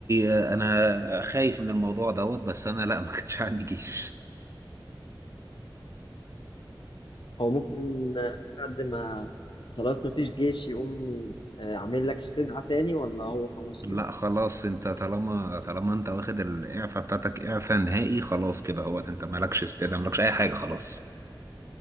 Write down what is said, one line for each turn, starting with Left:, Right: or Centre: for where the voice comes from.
Right: آه، انا خايف من الموضوع دوت بس انا لا ما كانش عندي جيش
Left: هو ممكن بعد ما خلاص ما فيش جيش يقوم آه، عامل لك استدعاء تاني ولا هو خلاص
Right: لا
Left: كده
Right: خلاص انت طالما طالما انت واخد الاعفاء بتاعتك اعفاء نهائي خلاص كده اهوت انت مالكش استدعاء مالكش اي حاجه خلاص